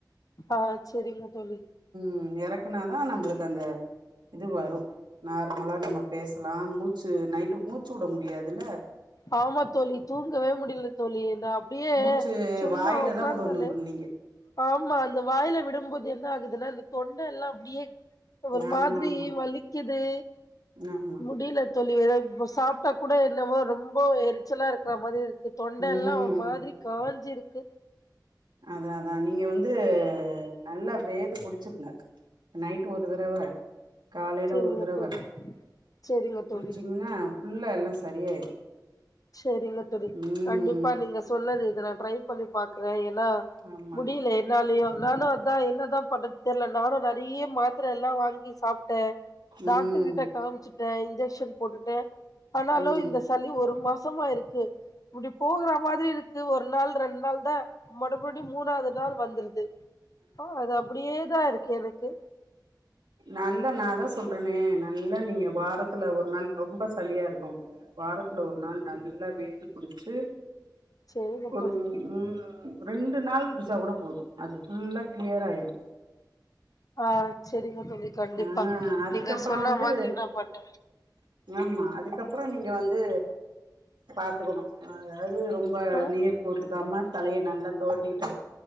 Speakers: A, on the left; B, on the right.
A: ஆ செரிங்க தோழி
B: ம் எறக்குனாதா நம்பளுக்கு அந்த இது வரு நார்மலா நம்ம பேசலா மூச்சு நைட்டு மூச்சுவுட முடியாதுல
A: ஆமா தோழி தூங்கவே முடிய்ல தோழி ஏனா அப்டியே
B: மூச்சு
A: சும்மா
B: வாயில
A: ஒக்காந்தாலே
B: தா வுடணு நீங்க
A: ஆமா அந்த வாயில விடும்போது என் ன ஆகுதுனா இந்த தொண்டெல்லா அப்டியே ஒரு
B: ஆமா
A: மாதிரி
B: ஆமா
A: வலிக்குது
B: ஆமா
A: முடிய்ல தோழி எது இப்ப சாப்ட்டா கூட என்னவோ ரொம்போ எரிச்சலா இருக்குற மாதிரி இருக்கு தொண்ட
B: ம்
A: எல்லா ஒரு மாதிரி காஞ்சிருக்கு
B: அதா அதா நீங்க வந்து நல்லா வேது புடிச்சிருங்க நைட்டு் ஒரு தறவ காலைல
A: செரிங்க
B: ஒரு தறவ
A: தோழி செரிங்க
B: புடிச்சீங்னா
A: தோழி
B: ஃபுல்ல எல்லா சரியாயிரு
A: சேரிங்க தோழி
B: ம்
A: கண்டிப்பா நீங்க சொன்னது இத நா ட்ரை பண்ணி பாக்குறே ஏன் னா
B: ஆமா
A: முடிய்ல என்னாலயு நானு அதா என்னதா பண்றது தெர்ல நானு நெறைய மாத்திரெல்லா வாங்கி சாப்ட் ட்டே டாக்டரு
B: ம்
A: கிட்ட காம்ச்சுட்டே இன்ஜெக்ஷன் போட்டுட்டு ஆனாலு
B: ம்
A: இந்த சளி ஒரு மாசமா இருக்கு இப்டி போகுறா மாதிரி இருக்கு ஒரு நாள் ரெண்டு நாள் தா மறுபடி மூணாவ்து நாள் வந்துருது ஆ அது அப்டியேதா இருக்கு எனக்கு
B: நல்லா நாதா சொல்றேனே நல்லா நீங்க வாரத்துல ஒரு நாள் ரொம்ப சளியா இருக்கவ்ங்க வாரத்துல ஒரு நாள் நல்லா வேது புடிச்சு
A: செரிங்க
B: ஒரு
A: தோழி
B: ம் ம் ரெண்டு நாள் புடிச்சா கூட போது அது ஃபுல்லா கிளியர் ஆயிரு
A: ஆ ஆமா தோழி கண்டிப்பா
B: ஆ அதுக்கப்புறோ
A: நீங்க சொன்ன
B: வந்து
A: மாதிரி நா பண்றே
B: ஆமா அதுக்கப்ற நீங்க வந்து பாத்துக்கணு அ அதாவ்து ரொம்ப
A: பண்றே
B: நீர் கோர்த்து ருக்காம தலைய நல்லா தோவட்டிட்டு